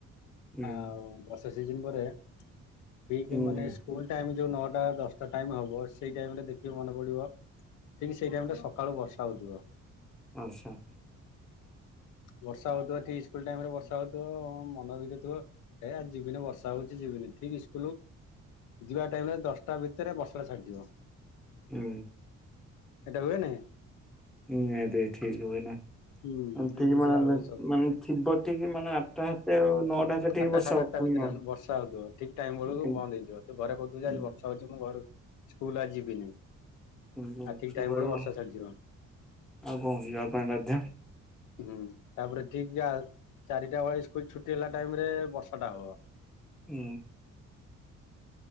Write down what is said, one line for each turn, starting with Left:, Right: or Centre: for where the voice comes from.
Centre: ହୁଁ
Left: ଆଉ ବର୍ଷା ସିଜିନ ପରେ ଠିକ୍
Centre: ହୁଁ
Left: ମାନେ ଇସ୍ ସ୍କୁଲ୍ ଟାଇମ୍ ଯୋଉ ନଅଟା ଦଶଟା ଟାଇମ୍ ହବ ସେଇ ଟାଇମ ରେ ଦେଖିବ ମନେ ପଡିବ ଠିକ୍ ସେଇ ଟାଇମି ଟା ସକାଳୁ ବର୍ଷା ହେଉଥିବ।
Centre: ଆଚ୍ଛା।
Left: ବର୍ଷା ହଉଥିବ ଠିକ୍ ସ୍କୁଲ ଟାଇମ ରେ ବର୍ଷା ହଉଥିବ ମନ ଭିତରେ ଥିବ ଏ ଆଜି ଯିବିନି ବର୍ଷା ହଉଛି ଯିବିନି ଠିକ୍ ସ୍କୁଲ ଯିବା ଟାଇମ ରେ ଦଶଟା ଭିତରେ ବର୍ଷାଟା ଛାଡିଯିବ।
Centre: ହୁଁ।
Left: ଏଇଟା ହୁଏନି।
Centre: ନିହାତି ଠିକ୍ ହୁଏନା
Left: ହୁଁ ଏଇ
Centre: ଠିକ୍
Left: ଜିନିଷ
Centre: ମାନେ
Left: ଟା ହୁଏ ସବୁ
Centre: ମାନେ
Left: ହୁଏ।
Centre: ଥିବ ଠିକ୍ ମାନେ ଆଠଟା ହେତେ ଆଉ ନଅଟା ହାତେ ଠିକ୍
Left: ଆଠଟା
Centre: ବର୍ଷା
Left: ସାଢେ
Centre: ହବ
Left: ଆଠଟା
Centre: ପୁଣି
Left: ଭିତରେ
Centre: ନଅ
Left: ବର୍ଷା ହଉଥିବ ଠିକ ଟାଇମ ବେଳକୁ
Centre: କେମିତି
Left: ବନ୍ଦ ହେଇଯିବ, ତ ଘରେ କହୁଥିବେ
Centre: ହୁଁ,
Left: ଆଜି ବର୍ ଯାଉଛି ମୁଁ ଘରୁ ସ୍କୁଲ ଆଉ ଯିବିନି
Centre: କିନ୍ତୁ
Left: ଆଉ ଠିକ୍
Centre: ସେ
Left: ଟାଇମ
Centre: କହିବ
Left: ବେଳକୁ ବର୍ଷା ଛାଡିଯିବ।
Centre: ଆଉ କଣ କି ଯିବା ପାଇଁ ବାଧ୍ୟ।
Left: ହୁଁ ତାପରେ ଠିକ ଜାଲ୍ ଚାରିଟା ବେଳେ ଇସ୍କୁଲ ଛୁଟି ହେଲା ଟାଇମରେ ବର୍ଷାଟା ହବ।
Centre: ହୁଁ।